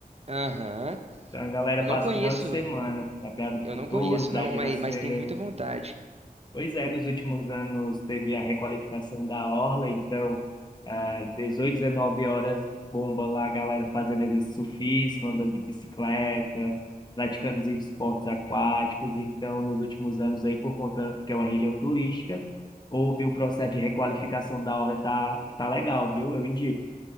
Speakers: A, on the right (about 45°); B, on the left (about 30°).
A: Aham.
B: Então, a galera
A: Eu
B: passa
A: não conheço,
B: o final de semana na Praia do Futuro,
A: eu não conheço
B: Praia
A: não,
B: de
A: mas,
B: Iracema.
A: mas tenho muita vontade.
B: Pois é, nos últimos anos teve a requalificação da Orla, então, às 18, 19 horas, bomba lá a galera fazendo exercício físico, andando de bicicleta, praticando os esportes aquáticos. Então, nos últimos anos aí, por conta que é uma região turística, houve o processo de requalificação da Orla, e tá, tá legal, viu? Eu indico.